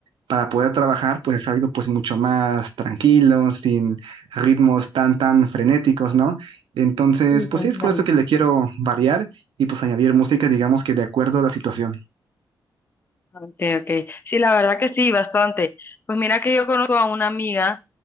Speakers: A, on the right (about 75°); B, on the left (about 25°).
A: para poder trabajar, pues es algo pues mucho más tranquilo, sin ritmos tan, tan frenéticos, ¿no? Entonces,
B: Sí,
A: pues
B: te entiendo.
A: sí, es por eso que le quiero variar y pues añadir música, digamos que de acuerdo a la situación.
B: Okay, okay. Sí, la verdad que sí, bastante. Pues mira que yo conozco a una amiga